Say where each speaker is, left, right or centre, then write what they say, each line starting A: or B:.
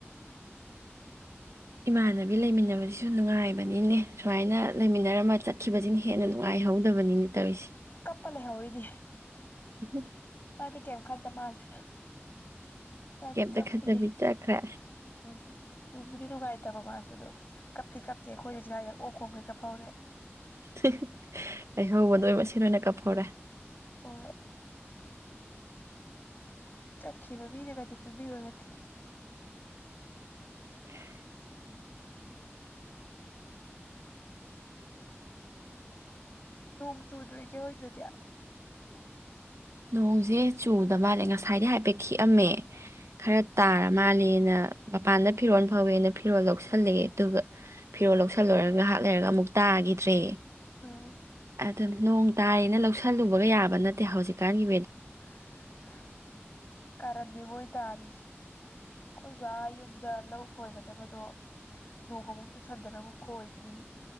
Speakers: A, on the right; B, on the left.
A: ꯏꯃꯥꯟꯅꯕꯤ ꯂꯩꯃꯤꯟꯅꯕꯁꯤꯁꯨ ꯅꯨꯡꯉꯥꯏꯕꯅꯤꯅꯦ ꯁꯨꯃꯥꯏꯅ ꯂꯩꯃꯤꯟꯅꯔꯃ ꯆꯠꯈꯤꯕꯁꯤꯅ ꯍꯦꯟꯅ ꯅꯨꯡꯉꯥꯏꯍꯧꯗꯕꯅꯤꯅ ꯇꯧꯋꯤꯁꯦ
B: ꯄ ꯂꯩꯍꯧꯔꯤꯅꯤ
A: ꯎ ꯍꯨ
B: ꯗꯤ ꯀꯌꯝ ꯈꯟꯗ ꯃꯥꯜꯂꯦ ꯃꯥꯗꯤ
A: ꯀꯤꯝꯇ
B: ꯀꯞꯈꯤꯅꯤ
A: ꯈꯟꯗꯕꯤ ꯆꯠꯈ꯭ꯔꯦ
B: ꯎꯝ ꯅꯨꯡꯕꯨꯗꯤ ꯅꯨꯡꯉꯥꯏꯇꯕ ꯃꯥꯁꯨ ꯑꯗꯨꯣ ꯀꯞꯇꯤ ꯀꯞꯇꯦ ꯑꯈꯣꯏꯅ ꯁꯥꯏꯗ ꯑꯣꯛ ꯈꯣꯡꯒꯩ ꯀꯞ ꯐꯥꯎꯔꯦ
A: <unintelligible> ꯂꯩꯍꯧꯕ ꯅꫭꯏ ꯃꯁꯦꯟ ꯅꫭꯏꯅ ꯀꯞꯐꯧꯔꯦ
B: ꯍꯣꯏ ꯆꯠꯈꯤꯕ ꯃꯤꯅ ꯀꯗꯤ ꯈꯟꯕꯤꯕ ꯅꯠꯇꯦꯗ
A: <inaudible>
B: ꯅꯣꯡ ꯆꯨꯗꯔꯣ ꯏꯆꯦ ꯍꯣꯏꯖꯗꯤ
A: ꯅꯣꯡꯁꯦ ꯆꯨꯗ ꯃꯥꯜꯂꯦ ꯉꯁꯥꯏꯗꯩ ꯍꯥꯏꯐꯦꯠ ꯈꯤꯛꯑꯝꯃꯦ ꯈꯔ ꯇꯥꯔ ꯃꯥꯜꯂꯦꯅ ꯃꯄꯥꯟꯗ ꯐꯤꯔꯣꯜ ꯐꯧꯋꯦꯅ ꯐꯤꯔꯣꯜ ꯂꯧꯁꯜꯂꯦ ꯑꯗꯨꯒ ꯐꯤꯔꯣꯜ ꯂꯧꯁꯜꯂꯣꯏꯔꯒ ꯉꯥꯏꯍꯥꯛ ꯂꯩꯔꯒ ꯑꯃꯨꯛ ꯇꯥꯈꯤꯗ꯭ꯔꯦ
B: ꯑꯥ
A: ꯑꯗꯨ ꯅꯣꯡ ꯇꯥꯏꯌꯦꯅ ꯂꯧꯁꯜꯂꯨꯕꯒ ꯌꯥꯕ ꯅꯠꯇꯦ ꯍꯧꯖꯤꯛꯇꯤ ꯀꯥꯟꯒꯤ
B: <unintelligible> ꯀꯔꯟꯅꯤ ꯃꫭꯏ ꯇꯥꯔꯤꯖꯦ ꯑꯈꯣꯏꯖꯨ ꯑꯥ ꯌꯨꯝꯗ ꯂꯧ ꯈꯣꯏꯒꯗꯕꯗꯣ ꯅꯣꯡꯑꯃꯨꯛ ꯖꯨꯁꯟꯗꯅ ꯑꯃꯨꯛ ꯈꯣꯏꯗ꯭ꯔꯤ